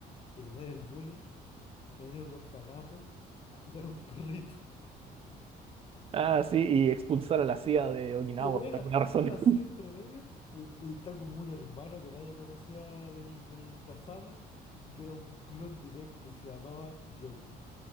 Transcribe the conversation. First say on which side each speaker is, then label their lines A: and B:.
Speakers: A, on the left; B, on the right.
A: detener el bullying, tener un orfanato, cuidar a un perrito.
B: Ah, sí, y expulsar a la CIA de
A: <laughs>
B: Okinawa
A: De veras,
B: por alguna razón.
A: está la así entre medio y, y está como un hermano que nadie conocía del, del Kazama y que era un clon directo y se llamaba Yoji.